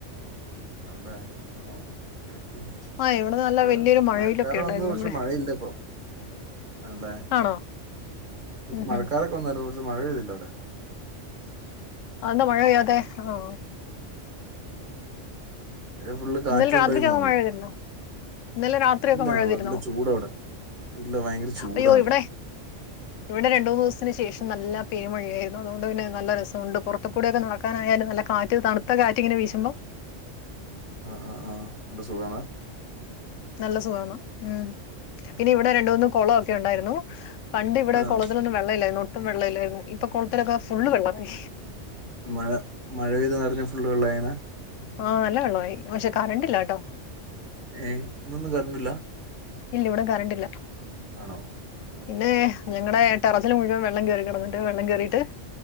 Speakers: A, on the right (about 40°); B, on the left (about 85°).
A: ണല്ലേ ആ ഓക്കെ ഓക്കെ
B: ആ ഇവിടെ നല്ല
A: ഓ
B: വലിയൊരു
A: <unintelligible>
B: മഴവില്ലൊക്കെ
A: മഴക്കാറ്
B: ഉണ്ടായിരുന്നു
A: വന്നു പക്ഷെ
B: ഇവിടെ
A: മഴയില്ലപ്പം ആണ്ല്ലേ
B: ആണോ ഉം
A: മഴക്കാറോക്കെ
B: ഉം
A: വന്നായിരുന്നു പക്ഷെ മഴ പെയ്തില്ലവിടെ
B: അന്താ മഴ പെയ്യാത്തെ ഓ
A: ഫുള്ള് കാറ്റ്
B: ഇന്നലെ
A: കൊണ്ടോയിന്നാ
B: രാത്രിക്കൊക്കെ
A: തോന്നേ
B: മഴ പെയ്തിരുന്നോ ഇന്നലെ രാത്രിയൊക്കെ
A: ഇല്ല
B: മഴ
A: നല്ല
B: പെയ്തിരുന്നോ
A: ചൂടവിടെ ഇല്ല ഭയങ്കര ചൂടാണ്
B: അയ്യോ ഇവിടെ ഇവിടെ രണ്ടു മൂന്ന്ദിവസത്തിന് ശേഷം നല്ല പെരുമഴയായിരുന്നു അതുകൊണ്ട് പിന്നെ നല്ല രസവുണ്ട് പുറത്തുകൂടൊക്കെ നടക്കാനായാലും നല്ല കാറ്റ് തണുത്ത കാറ്റ് ഇങ്ങനെ വീശുമ്പം
A: ആ ആ ആ നല്ല സുഖാന്ന്
B: നല്ല സുഖമാണ് മ് പിന്നെ ഇവിടെ രണ്ടൂന്ന് കൊളം ക്കെ ഒണ്ടായിരുന്നു പണ്ട് ഇവിടെ
A: ആഹ്
B: കൊളത്തിലൊന്നും വെള്ളലായിന് ട്ടും വെള്ളല്ലായിര്ന്ന് ഇപ്പൊ കൊള്ത്തിലൊക്കെ ഫുള്ള് വെള്ളായി
A: മഴ മഴ പെയ്തുനെറഞ്ഞ ഫുള്ളുവെള്ളായിനാ
B: ആഹ് നല്ല വെള്ള്വായി പക്ഷെ കരണ്ടില്ലാ ട്ടോ
A: ഏയ് ഇന്നൊന്നും കറണ്ടില്ല
B: ഇല്ല ഇവിടെ കറണ്ടില്ല
A: ആണോ?
B: പിന്നെ ഞങ്ങടെ ടെറസിൽ മുഴുവൻ വെള്ളം കേറി കെടന്നിട്ട് വെള്ളം കേറിട്ട്-